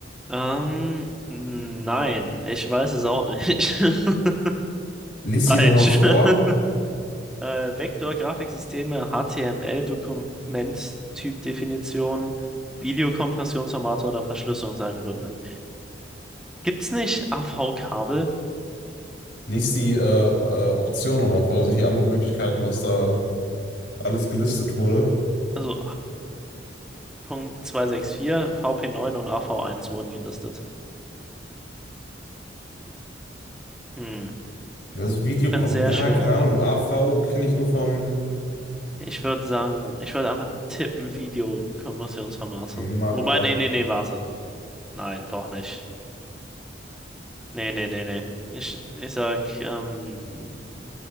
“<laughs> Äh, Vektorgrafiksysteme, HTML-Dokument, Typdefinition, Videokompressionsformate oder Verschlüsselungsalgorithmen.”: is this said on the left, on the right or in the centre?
Centre